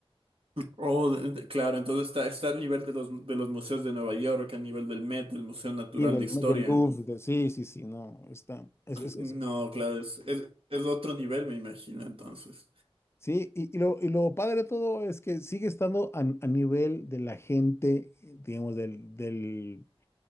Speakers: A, on the right; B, on the left.
A: Oh, de- de- claro, entonces está, está al nivel de los, de los museos de Nueva York, al nivel del Met, del Museo Natural
B: Sí, del,
A: de Historia.
B: del Louvre, de- sí, sí, sí, no, está, es, es-
A: No,
B: es- es-
A: claro, es, es, es otro nivel, me imagino, entonces.
B: sí, y, y lo, y lo padre de todo es que sigue estando a, a nivel de la gente, eh, digamos, del, del,